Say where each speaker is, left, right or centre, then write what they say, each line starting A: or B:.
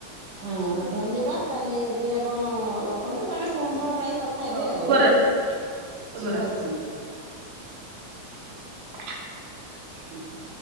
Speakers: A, on the right (about 60°); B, on the right (about 75°).
A: ହଁ ଧନ୍ୟବାଦ ତାହେଲେ ଏବେ ଆପଣ ରଖନ୍ତୁ ପରେ କେ ସମୟ ପାଇ କ ଥାହେବେ
B: ହଉ
A: ଆଉ
B: ଶୁଭରାତ୍ରି ଶୁଭରାତ୍ରି।
A: ଶୁଭରାତ୍ରୀ।
B: <inaudible>